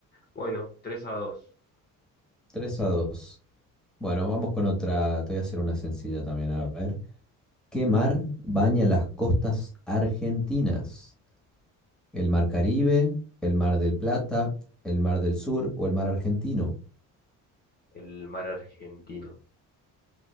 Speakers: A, on the left; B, in the centre.
A: Bueno, 3 a 2,
B: tres a dos Bueno, vamos con otra. Te voy a hacer una sencilla también. A ver. ¿Qué mar baña las costas argentinas? ¿El mar Caribe, el mar del Plata, el mar del Sur o el mar argentino?
A: el mar argentino.